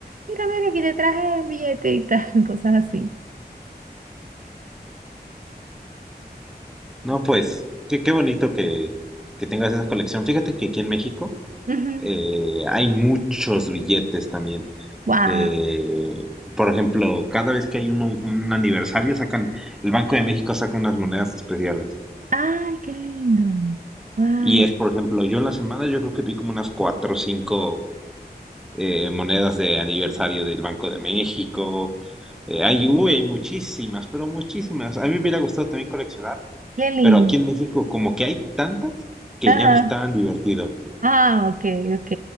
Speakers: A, on the right; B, in the centre.
A: Mira, mira, aquí te traje el billete y tal, <laughs> cosas así.
B: No, pues, qué, qué bonito que, que tengas esa colección. Fíjate que aquí en México
A: Ujú.
B: eh, hay muchos billetes también.
A: Wow.
B: De, por ejemplo, cada vez que hay un, un aniversario, sacan, el Banco de México saca unas monedas especiales.
A: Ay, qué lindo. Wow.
B: Y es, por ejemplo, yo en la semana yo creo que vi como unas cuatro o cinco eh, monedas de aniversario del Banco de México. eh, hay, uy, hay muchísimas, pero muchísimas. A mí me hubiera gustado también coleccionar,
A: qué lindo.
B: pero aquí en México como que hay tantas que
A: Ajá.
B: ya no es tan divertido.
A: Ah, ok, ok.